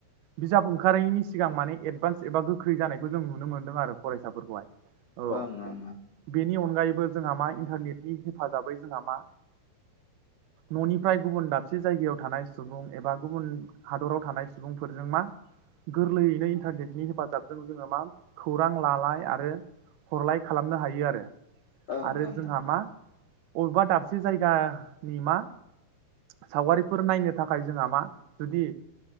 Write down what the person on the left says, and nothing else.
ओं ओं।
ओं
ओं